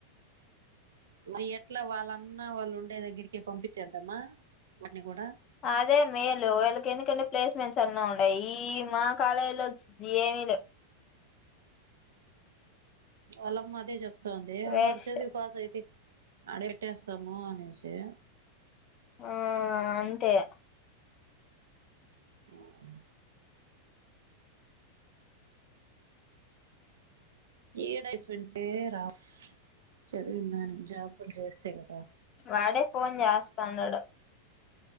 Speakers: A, on the right (about 60°); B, on the left (about 30°).
A: మరి ఎట్ల వాళ్ళన్న వాళ్ళు ఉండే దగ్గరికి పంపించేద్దమ్మా వాని కూడా
B: అదే మేలు వీళ్ళకి ఎందుకంటే ప్లేస్మెంట్స్ అన్న ఉన్నయి ఈ మా కాలేజీలోచ్ ఏమి లెవ్
A: వళ్లమ్మ అదే చెప్తుంది
B: వేస్ట్
A: వాడ్చదివ్ పాస్ అయితే అడెట్టేస్తము అనేసి
B: ఆ అంతే
A: ఉమ్ ఏడేస్మెంసే రవు చదివిన దానికి జాబులు చేస్తే కదా
B: వాడే ఫోన్ చేస్తాన్నడు